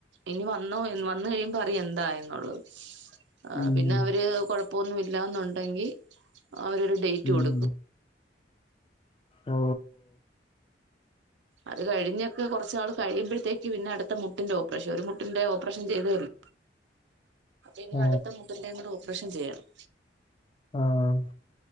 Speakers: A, on the right; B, on the left.
A: ഇനി വന്നോ വന്ന് കഴിയുമ്പ അറിയാം എന്താ എന്നുള്ളത് ആന്ന്
B: ഉം,
A: പിന്നെ അവര് കൊയപ്പ ഇപ്പൊ ഒന്നുല്ല എന്നുണ്ടെങ്കിൽ അവരൊരു ഡേറ്റ്
B: ഉം.
A: കൊടുക്കും
B: ഓ
A: അത് കഴിഞ്ഞൊക്കെ കുറചച്ചാള് കഴിയുമ്പോഴത്തേക്ക് പിന്നെ അടുത്ത മുട്ടിന്റെ ഓപ്പറേഷൻ ഒരു മുട്ടിന്റെ ഓപ്പറേഷൻ ചെയ്തല്ലോ അനി
B: ആ,
A: അടുത്ത മുട്ടിന്റെ കൂടെ ഓപ്പറേഷൻ ചെയ്യണം
B: ആഹ്